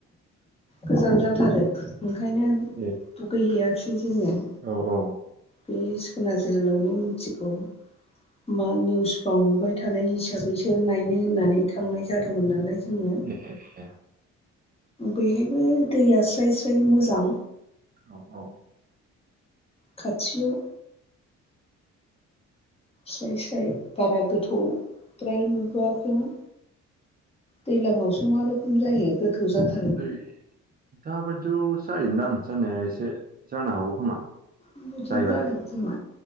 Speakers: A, on the left; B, on the right.
A: गोजान जाथारो। ओंखायनो
B: ए
A: दुगैहैयाखसै जोङो।
B: औ औ
A: बे सिखोना जोहोलावनि मुर्तिखौ मा निउसफ्राव नुबाय थानाय हिसाबैसो नायनो होननानै थांनाय जादोंमोन नालाय जोङो,
B: ए ए
A: बेहायबो दैआ स्राइ स्राइ मोजां
B: औ औ।
A: खाथियाव स्राइ स्राइ बारा गोथौ द्राय नुबोयाखैमोन दैलांआवसो मा रोखोम जायो गोथौ जाथा
B: ओइ दाबायदियाव जायोनदां जानाया एसे से जानो हागौ खोमा
A: बिदिनो
B: जायगा
A: जागोन
B: जायगा
A: खोमा